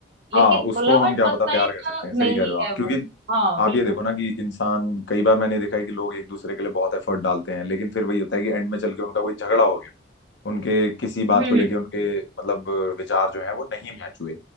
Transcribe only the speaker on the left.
हाँ उसको
हम
क्या
पता प्यार
कर सकते हैं सही
कह रहे हो आप
क्योंकि
आप
ये देखो ना कि इंसान कई बार मैंने देखा है कि लोग एक दूसरे के लिए बहुत एफर्ट डालते हैं लेकिन फिर वही होता है कि एंड में चल के उनका कोई झगड़ा हो गया उनके किसी बात
को लेके
उनके मतलब विचार जो है वो नहीं मैच हुए